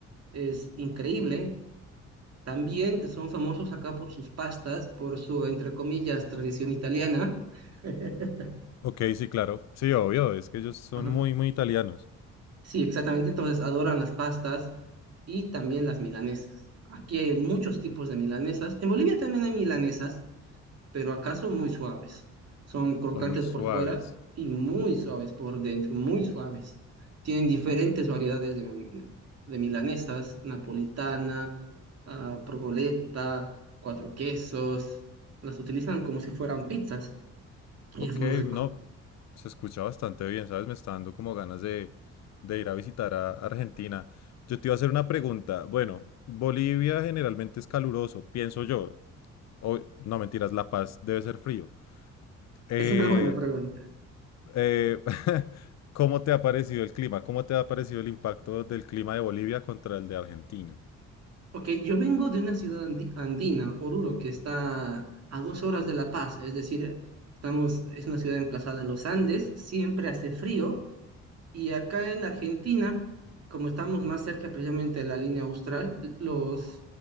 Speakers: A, on the right; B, on the left.
A: es increíble. También son famosos acá por sus pastas, por su, entre comillas, tradición italiana. <laughs>
B: Ok, sí, claro. Sí, obvio, es que ellos son
A: Ajá.
B: muy, muy italianos.
A: Sí, exactamente. Entonces adoran las pastas, y también las milanesas. Aquí hay muchos tipos de milanesas. En Bolivia también hay milanesas, pero acá son muy suaves. Son crocantes
B: Son muy suaves.
A: por fuera y muy suaves por dentro, muy suaves. Tienen diferentes variedades de, de milanesas, napolitana, ah, provoleta, cuatro quesos. Las utilizan como si fueran pizzas y
B: Ok,
A: es muy rico.
B: no, se escucha bastante bien, ¿sabes? Me está dando como ganas de, de ir a visitar a Argentina. Yo te iba a hacer una pregunta. Bueno, Bolivia generalmente es caluroso, pienso yo. O, no, mentiras, La Paz debe ser frío. Eh,
A: Es una buena pregunta.
B: eh, <laughs> ¿cómo te ha parecido el clima? ¿Cómo te ha parecido el impacto del clima de Bolivia contra el de Argentina?
A: Ok, yo vengo de una ciudad andi- andina, Oruro, que está a dos horas de La Paz, es decir, estamos, es una ciudad emplazada en los Andes, siempre hace frío, y acá en Argentina, como estamos más cerca precisamente de la línea austral, los,